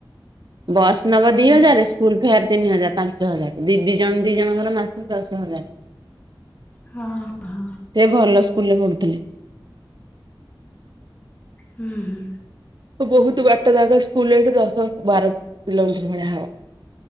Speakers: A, on the right; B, on the left.
A: ବସ୍ ନବା
B: ହୁଁ
A: ଦି ହଜାର ସ୍କୁଲ ଫେୟାର ତିନି ହଜାର ପାଞ୍ଚ ହଜାର ଦି ଦି ଜଣ ଦି ଜଣଙ୍କର ମାସ କୁ ଦଶ ହଜାର
B: ହଁ ହଁ
A: ସେ ଭଲ ସ୍କୁଲ ରେ ପଢ଼ୁଥିଲେ
B: ହୁଁ ହୁଁ
A: ବହୁତ ବାଟ ଜାଗା ସ୍କୁଲରେ ଏଠି ଦଶ ବାର କିଲୋମିଟର ଭଳିଆ ହବ